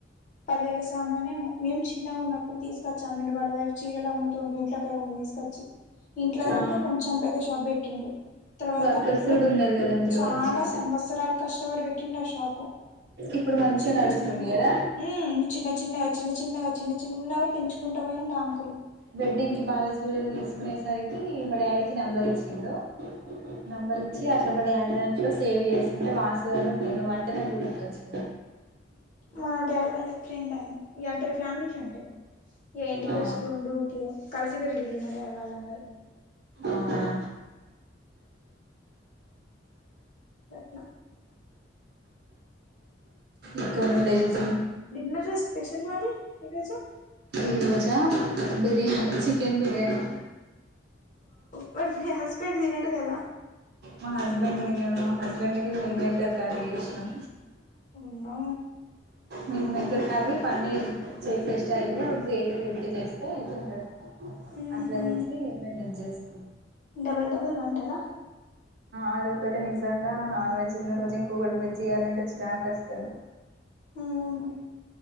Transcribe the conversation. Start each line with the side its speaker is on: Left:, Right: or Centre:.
Left: పదివేల సామాన్యం మేము చిన్నగా ఉన్నప్పుడు తీసుకొచ్చామండి వాళ్ళ వైఫ్ చీరలు అమ్ము ఇంట్లో కొండా తీసుకొచ్చి ఇంట్లోదనక
Right: ఆ
Left: కొంచెం పెద్ద షాప్ పెట్టిండు తర్వాత
Right: వర్కర్స్
Left: అక్కలా
Right: కూడా ఉన్నారు కదా అందులో
Left: చాలా
Right: మంచిగా
Left: సంవత్సరాలు కష్టపడి పెట్టిండు ఆ షాపు
Right: ఇప్పుడు మంచిగా
Left: చిన్న
Right: నడుస్తుంది
Left: చిన్నఉ
Right: కదా
Left: చిన్న చిన్నగా చిన్న చిన్నగా చిన్న చిన్నగా పెంచుకుంటా అ అంకులు
Right: వెడ్డింగ్ కి బాగా జ్యవలరీ తీసుకునేసరికి మా డాడకి నెంబర్ ఇచ్చిండు నంబర్ ఇచ్చి ఇట్లా డాడి దాంట్లో సేవ చేస్తుంటే వాస్తుగాలను ఉండవువ్వు అంటనే గుర్తుకవచ్చు
Left: మా డాడీ వాళ్ళ ఫ్రెండ్ ఆయన అంట ఫ్యామిలీ ఫ్రెండ్ యే ఇంటికి
Right: ఆ
Left: వస్త ఉండు యూకే కలిసి బరిగిల్లు మాడడియాళ్వళ్ళందరు
Right: అవునా
Left: చెట్న్నా
Right: ఇక్క ఉండే <unintelligible>
Left: డిన్నర్ స్పెషల్ మరి ఈరోజు
Right: ఈ రోజాఅ బిర్యానీ చికెన్ బిర్యానీ
Left: బారి మీ హస్బెండ్ తినడు కదా
Right: మా హస్బెండ్ది మేడం మా హస్బెండ్ కి మిల్ మేకర్ కర్రీ చేసినం
Left: ఉన్నా
Right: మంట్మిక్కర కర్రీ పన్నీర్ చేసే స్టైల్ గ్రేవీ పెట్టి చేస్తే త్తింటాడు
Left: ఉహు
Right: అట్లా చేసి మేము ఇది చేస్తా
Left: డబల్ డబల్ వంటలా
Right: అది ఒకటి నిజంగా నాన్ వెజ్ ఉన్న రోజు ఇంకొకటి వెజ్ చేయాలంటే చిరా కస్తది
Left: ఉమ్